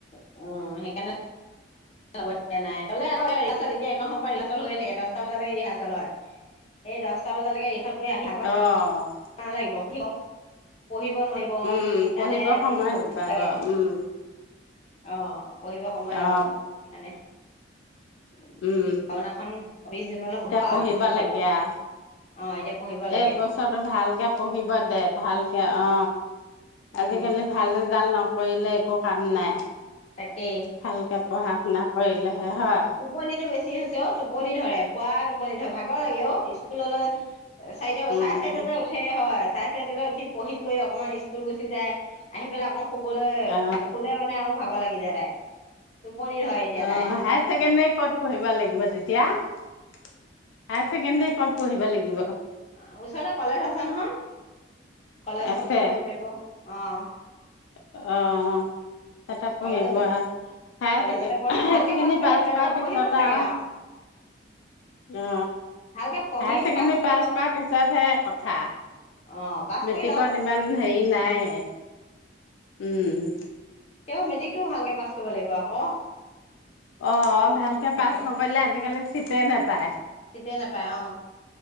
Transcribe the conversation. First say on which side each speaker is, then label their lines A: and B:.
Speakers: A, on the left (about 35°); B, on the left (about 85°).
A: উম, হেইকাৰণে যাব দিয়া নাই গ'লে আকৌ এই ৰিহাৰ্চেল এতিয়া একন সময় ৰিহাৰ্চল হৈয়ে থাকে দটা বজালৈকে ৰিহাচৰ্ল হয়। এই দহটা বজালৈকে ৰিহাৰ্চেল কৰি আহি ভাগৰ
B: অহ'
A: নালাগিব শুৱ পঢ়িব নোৱাৰিব।
B: উম
A: সেইকাৰণে
B: পঢ়িব সময়
A: বোলোঁ
B: নাপাব
A: নালাগে। অহ'।
B: উম
A: পঢ়িব সময় নাপাব
B: অ
A: সেইকাণে <unintelligible>
B: উম
A: ভাওনাখন চবিশ জুনলৈ হ'ব আও
B: পঢ়িব
A: এতিয়া চাব
B: লাগে
A: লাগিব
B: আৰু
A: অ এতিয়া পঢ়িব লাগে
B: এই বছৰটো ভালকে পঢ়িব দে ভালকে অ
A: উম
B: আজিকালি ভাল ৰিজাল্ট ন কৰিলে একো কাম নাই।
A: তাকে
B: ভালকে পঢ়া শুনা কৰিলেহে হয়
A: টোপনিটো বেছ ছি ছেঅ টোপনি ধৰে পুৱা টোপনি ভাগৰ লাগে অ স্কুললৈ চাৰিটা
B: উম
A: চাৰে চাৰিটাতে উঠে হয় চাই চাৰিটাটে উঠি পঢ়ি কৰি অকনমান স্কুল গুচি যায় আহি পেলাই আকো শুবলৈ
B: অ
A: উ শুলে মানে আৰু ভাগৰ লাগি যায় তাই টুপনী ধৰে। এতিয়া
B: অ',
A: তাই
B: হায়াৰ ছেকেণ্ডাৰী ক'ত পঢ়িব লাগিব তেতিয়া? হায়াৰ ছেকেণ্ডেৰী ক'ত পঢ়িব লাগিব?
A: অ', ওচৰতে কলেজ আছে নহয়। কলেজ
B: আছে
A: খতে পঢ়িব পাৰিব অ',।
B: অ', তাতে পঢ়িব
A: কলেজতে
B: আৰু হায়াৰ
A: কলেজতে পঢ়ে
B: হায়াৰচেকেণ্ডী
A: ভালকে কৰিলে
B: পাছ
A: বেলেগত
B: কৰ পিছত
A: পঢ়িব চাগে
B: আৰু
A: আৰু
B: আৰু
A: ভালকে পঢ়ি
B: অহ, ছেকেণ্ডাৰী
A: কৰি
B: পাছ
A: লওক
B: কৰা পিছতহে কথা।
A: অ', পাছ
B: মেট্ৰিকত
A: কৰি লওঁক।
B: ইমান হেৰি নাই। উম।
A: তেওঁ মেট্ৰিকটোও ভালকে পাছ কৰিব লাগিব আকৌ।
B: অ', ভালকে
A: তেতিয়া
B: পাছ নকৰিলে আজিকালি চিট নাপ পায়।
A: চিটে নাপায় অ